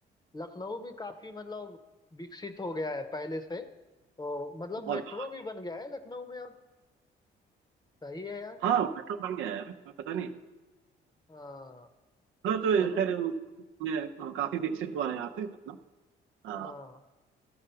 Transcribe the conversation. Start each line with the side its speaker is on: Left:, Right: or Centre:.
Left: लखनऊ भी काफी मतलब विकसित हो गया है पहले से तो मतलब
Right: बहुत
Left: मेट्रो
Right: बहुत
Left: भी बन गया है लखनऊ में अब सही है यार
Right: हाँ मेट्रो बन गया है मैं पता नहीं
Left: हाँ
Right: हाँ तो
Left: चलो
Right: खैर मैं हाँ, काफी विकसित हुआ है यहाँ पे अपना हाँ।
Left: हाँ